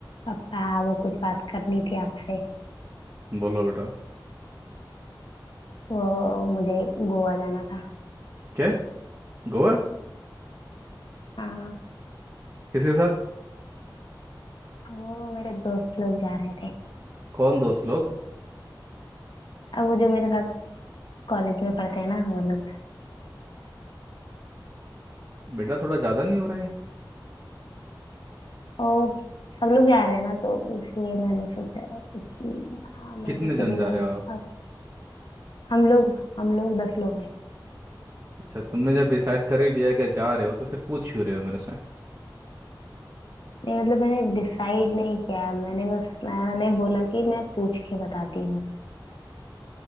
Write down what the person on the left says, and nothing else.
पापा वो कुछ बात करनी थी आपसे
वो मुझे गोवा जाना था
हाँ
वो मेरे दोस्त लोग जा रहे थे
अब वो जो मेरे साथ कॉलेज में पढ़ते हैं ना वो लोग
वो सब लोग जा रहे हैं ना तो इसलिए मैंने सोचा कि हाँ, मैं
भी
चली
जाऊँ
और हम लोग हम लोग दस लोग हैं
नहीं मतलब मैंने डिसाइड नहीं किया है मैंने बस मैंने बोला कि मैं पूछ के बताती हूँ